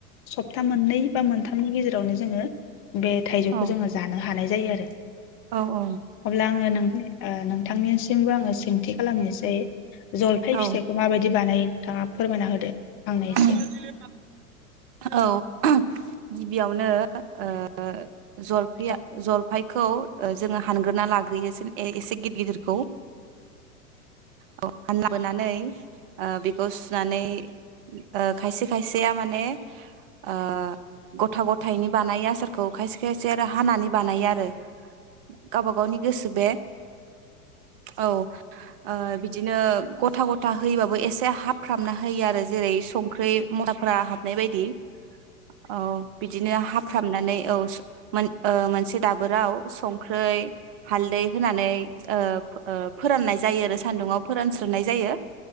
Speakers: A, on the left; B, on the right.
A: सप्ता मोननै बा मोनथाम गेजेरावनो जोङो बे थाइजौखौ
B: औ
A: जोङो जानो हा हानाय जायो आरो
B: औ
A: अब्ला आङो नों <unintelligible> नि ओ नों नोथांनिसिमबो आङो सोंथि खालामनोसै जलफाय
B: औ
A: फिथाइखौ माबायदि बानायो? थाङा फोरमायना होदो। आंनो
B: <unintelligible>
A: एसे
B: औ <unintelligible> गिबियावनो ओ जलिफया
A: औ
B: जलफाय खौ ओ जोङो हानग्रोना लाग्रोयो सिन ए-एसे गि-गिदिरखौ औ हानना <unintelligible> बोनानै ओ बेखौ सुनानै ओ खायसे खायसेया माने ओ गथा गथायनि बानाय आसारखौ खायसे खायसे आरो हानानै बानायो आरो गावबा गावनि गोसो बे ओ बिद बिदिनो गथा गथा होयोबाबो एसे हाबफ्रामना होयो आरो जेरै संख्रि मदाफोरा हाब नाय बायदि औ बिदिनो हाफ्राब नानोय औ सो मोन मोनसे दाबोराव संख्रै हालदै होनानै ओ फो ओ फोराननाय जायो आरो सान्दुङाव फोरानस्रोनाय जायो